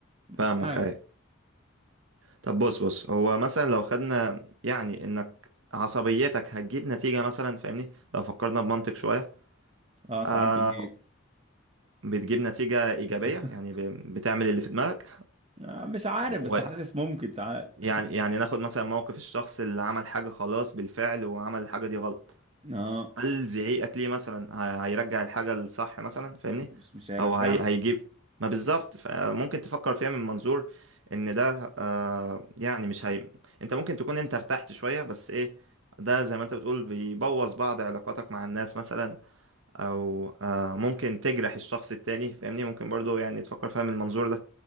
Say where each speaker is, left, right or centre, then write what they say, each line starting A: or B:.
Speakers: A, on the right; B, on the right.
A: فاهمك
B: مش عارف
A: ايوه طب بص بص هو مثلا لو خدنا يعني انك عصبيتك هتجيب نتيجة مثلا فاهمني لو فكرنا بمنطق شوية
B: اه ساعات
A: آه
B: بتجيب
A: بتجيب نتيجة إيجابية
B: <laughs>
A: يعني ب- بتعمل اللي في دماغك
B: آه، مش عارف
A: و-
B: بس حاسس ممكن ساعات
A: يعني يعني ناخد مثلا موقف الشخص اللي عمل حاجة خلاص بالفعل وعمل الحاجة دي غلط
B: اه
A: هل زعيقك ليه مثلا ه- هيرجع الحاجة الصح مثلا فاهمني
B: مش مش هيرجع
A: او هي هيجيب ما بالظبط فممكن تفكر فيها من منظور ان ده آه يعني مش هي انت ممكن تكون انت ارتحت شوية بس ايه ده زي ما انت بتقول بيبوظ بعض علاقاتك مع الناس مثلا او آه ممكن تجرح الشخص التاني فاهمني ممكن برضو يعني تفكر فيها من المنظور ده